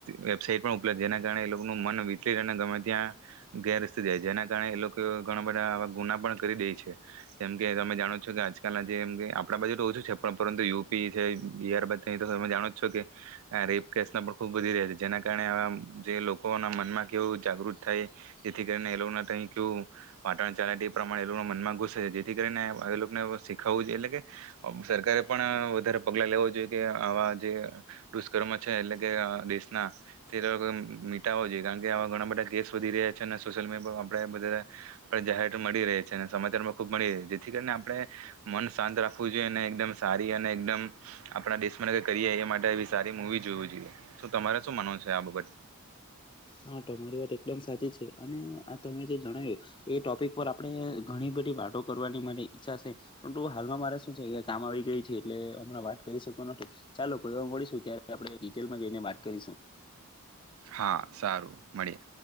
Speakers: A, on the right; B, on the left.
A: વેબસાઈટ પણ જેના કારણે એ લોકોનું મન વિથળ અને ગમે ત્યાં ગેરસ્તે જાય જેના કારણે એ લોકો ઘણા બધા આવા ગુના પણ કરી દે છે જેમ કે તમે જાણો છો કે, આજકાલના જેમ કે આપણા બાજુ તો ઓછું છે, પણ પરંતુ યુપી છે, બિહાર બા અ તો તમે જાણો છો કે આ રેપ કેસના પણ ખૂબ વધી રહે છે, જેના કારણે જે લોકોના મનમાં કેવું જાગૃત થાય, જેથી કરીને એ લોકો ક કેવું વાતાવરણ ચાલે તે પ્રમાણે એ લોકો મનમાં ઘુસે છે જેથી કરીને એ લોકોને શીખવવું જોઈએ એટલે કે સરકારે પણ વધારે પગલા લેવા જોઈએ કે આવા જે દુષ્કર્મ છે એટલે કે આ દેશના <unintelligible> મીટાવા જોઈએ કારણ કે આવા ઘણા બધા કેસ વધી રહ્યા છે, અને સોશિયલ મીડિયા પર આપણે બધા આપ જાહેરત મળી રે છે અને સમાચારમાં ખુબ મળી રહે છે જેથી કરીને આપણે મન શાંત રાખવું જોઈએ અને એકદમ સારી અને એકદમ આપણા દેશનેઈ કરીએ એ માટે સારી મુૂવી જોવી જોઈએ તો તમારે શું માનોવનું છે <unintelligible> આબગ
B: હા, તમારી વાત એકદમ સાચી છે અને આ તમે જે જણાવ્યું એ ટોપિક પર આપણે ઘણી બધી વાતો કરવાની મારી ઈચ્છા છે, પરંતુ હાલમાં મારા શું છે કે કામ આવી ગયું છે એટલે હમણાં વાત કરી શકુ નથી ચાલો કોઈ વાર મળીશું ત્યારે આપણે ડિટેલમાં જઈને વાત કરીશું
A: હા, સારું મળીએ